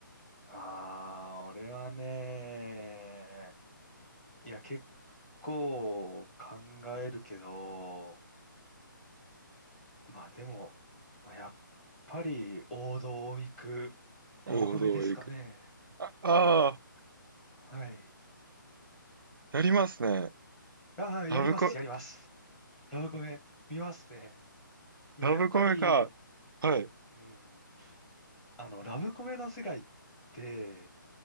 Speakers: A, in the centre; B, on the right (about 80°).
A: ああ、俺はね、いや、結構考えるけど、まあでも、まあ、やっぱり王道を行くラブコメですかね。
B: 王道へ行く。あ、ああ、
A: はい。
B: やりますね。
A: ああ、やります、
B: ラブコ、
A: やります。ラブコメ、見ますね。いや、
B: ラブコメか。
A: やっぱり、
B: はい。
A: うん、あの、ラブコメの世界って、